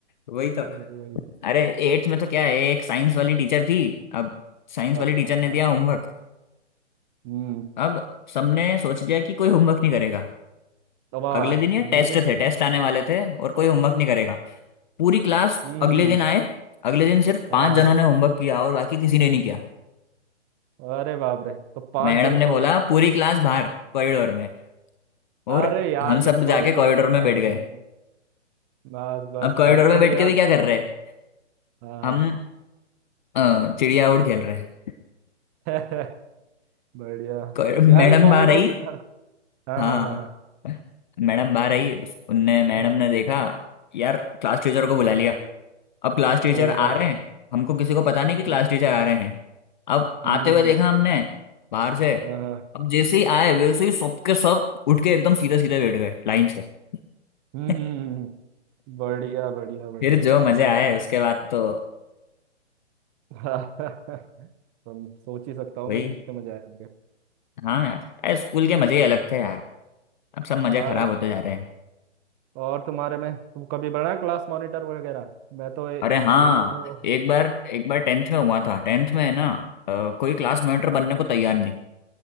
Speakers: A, on the left; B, on the right.
A: वही तो
B: वही वही
A: अरे एट्थ में तो क्या है एक साइंस वाली टीचर थी अब साइंस
B: हाँ
A: वाली टीचर
B: हाँ,
A: ने दिया होमवर्क
B: हम्म
A: अब सबने सोच लिया कि कोई होमवर्क नहीं करेगा
B: तो वाह
A: अगले दिन ये टेस्ट
B: यूनिटी
A: थे टेस्ट आने वाले थे और कोई होमवर्क नहीं करेगा पूरी क्लास
B: हम्म
A: अगले दिन आए अगले दिन सिर्फ
B: हाँ
A: पांच
B: हाँ
A: जनों ने होमवर्क किया और बाकी किसी ने नहीं किया
B: अरे बाप रे तो पांच
A: मैडम
B: जन
A: ने बोला
B: को
A: पूरी क्लास बाहर कॉरिडोर में और
B: अरे यार
A: हम
B: ये
A: सब
B: कॉरिडोर
A: जाके कॉरिडोर
B: में बाहर
A: में बैठ गए
B: है ना। बस बस
A: अब कॉरिडोर
B: हमको
A: में बैठ
B: भी यार
A: के भी क्या कर रहे हैं
B: हाँ
A: हम अ, चिड़िया उड़ खेल रहे हैं
B: <laughs> बढ़िया
A: कोई-
B: यार
A: मैडम
B: ये कॉरिडोर
A: बाहर आई
B: में खड़ा हाँ
A: हाँ
B: हाँ हाँ हाँ
A: मैडम बाहर आई उस- उनने मैडम
B: हम्म
A: ने देखा यार क्लास टीचर को बुला लिया अब क्लास टीचर
B: अच्छा
A: आ रहे हैं हमको किसी को पता नहीं
B: हम्म
A: कि क्लास टीचर आ रहे हैं अब
B: हम्म,
A: आते हुए देखा हमने बाहर से
B: हाँ हाँ
A: अब जैसे ही आए वैसे ही सबके सब उठ के एकदम सीधे सीधे बैठ गए लाइन से
B: हम्म
A: <laughs>
B: हम्म, हम्म, हम्म। बढ़िया बढ़िया बढ़िया
A: फिर जो मजे
B: <laughs>
A: आए उसके बाद तो
B: ऐसे। हम सोच ही सकता हूँ
A: वही
B: मैं कितने मजे आए होंगे
A: हाँ यार अरे स्कूल के मजे ही अलग थे यार अब सब मजे
B: हाँ
A: खराब
B: यार
A: होते जा रहे हैं
B: और तुम्हारे में तुम कभी बना क्लास मॉनिटर वगैरह मैं तो ए-
A: अरे हाँ
B: मेरे को तो
A: एक बार एक बार टेंथ में हुआ था टेंथ में है ना अ, कोई क्लास मॉनिटर बनने को तैयार नहीं